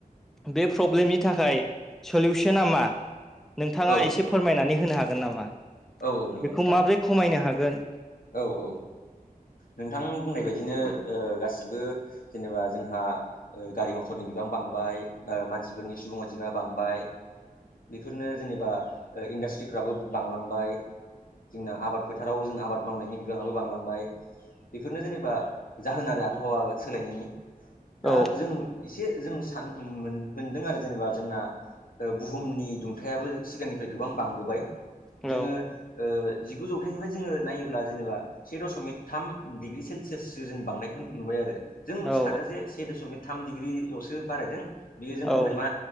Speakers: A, in the centre; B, on the left.
A: बे प्रब्लेमनि थाखाय सलिउसना मा नोंथाङा
B: औ
A: एसे फोरमायनानै होनो हागोन नामा
B: औ औ नंगौ
A: बेखौ
B: नोंथां
A: माब्रै खमायनो हागोन
B: औ औ नोंथां बुंनाय बायदिनो ओ गासिबो जेनेबा जोंहा ओ गारि मथरनि बिबां बांबाय मानसिफोरनि सुबुं अनजिमाया बांबाय बेफोरनो जेनेबा इन्डास्ट्रिफ्राबो बांलांबाय जोंना आबाद फोथाराव जों आबाद मावनायनि बिबाङाबो बांलांबाय बेफोरनो जेनेबा जाहोन आरो आबहावा सोलायनायनि दा
A: औ
B: जों एसे जों सान मोनदों आरो जेनेबा जोंना बुहुमनि दुंथायाबो सिगांनिफ्राय गोबां बांबोबाय
A: औ
B: जोङो जिगु जौथाइनिफ्राय जोङो नायो ब्ला जेनेबा से दशमिक थाम डिग्रि सेलसियासो जों बांनायखौ नुबाय आरो जों
A: औ
B: सानो जे से दशमिक थाम डिग्रिल'सो बारायदों बियो जोंनावलाय
A: औ
B: मा